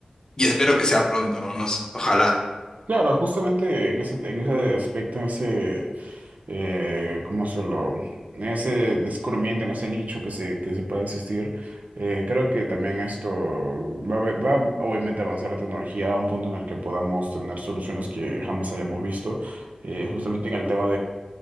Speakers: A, on the left; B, on the right.
A: Y espero que sea pronto, ¿no? Nos, ojalá.
B: Claro, justamente en ese, en ese aspecto, en ese, eh, ¿cómo hacerlo? Ese descubrimiento en ese nicho que se, que se pueda existir. Eh, creo que también esto va, a ve- va a, obviamente a avanzar la tecnología a un punto en el que podamos tener soluciones que jamás hayamos visto. Eh, justamente en el tema